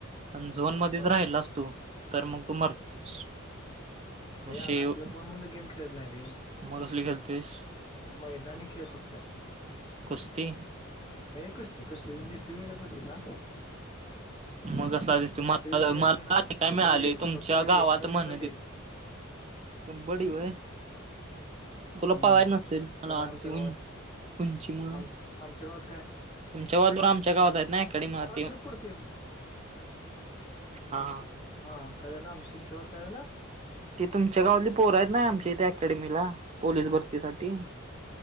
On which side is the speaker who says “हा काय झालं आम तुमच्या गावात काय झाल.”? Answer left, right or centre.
Left